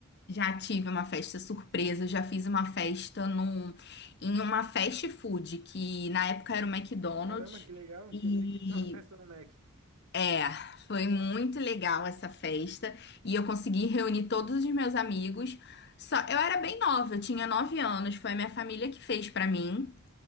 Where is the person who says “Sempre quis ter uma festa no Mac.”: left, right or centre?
Right